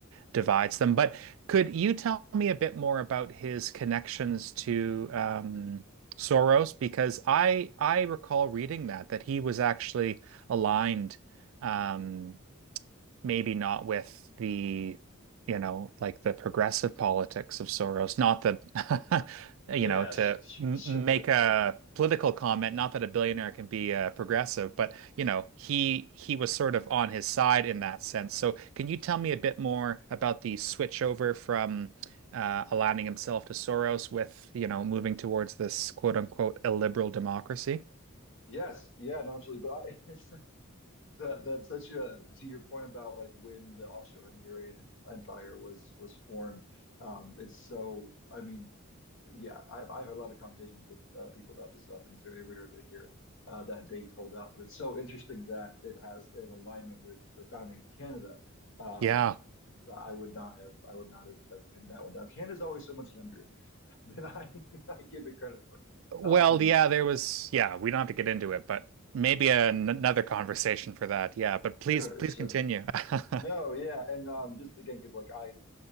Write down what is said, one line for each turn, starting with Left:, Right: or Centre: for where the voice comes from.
Right: divides them. But could you tell me a bit more about his connections to um Soros? Because I I recall reading that that he was actually aligned um maybe not with the, you know, like the progressive politics of Soros. Not that, <laughs>
Left: Yeah,
Right: you know, to
Left: sure, sure,
Right: m
Left: sure,
Right: make
Left: sure, sure.
Right: a political comment, not that a billionaire can be uh, progressive, but you know, he he was sort of on his side in that sense. So can you tell me a bit more about the switch over from uh, aligning himself to Soros with, you know, moving towards this quote unquote illiberal democracy?
Left: Yes, yeah, no, absolutely. But I, <laughs> That that's such a to your point about like when the Austro-Hungarian Empire was was formed. Um, it's so I mean, yeah, I've I've had a lot of conversations with uh, people about this stuff, and it's very rare to hear uh, that date pulled out. But it's so interesting that it has an alignment with the founding of Canada. Um,
Right: Yeah.
Left: I would not have I would not have, have pinned that one down. Canada's always so much younger <laughs> than I than I give it credit for.
Right: Well,
Left: Um,
Right: yeah, there was, yeah, we don't have to get into it, but maybe an another conversation for that. Yeah, but please,
Left: sure,
Right: please
Left: sure.
Right: continue. <laughs>
Left: No, yeah, and um, just again, because like I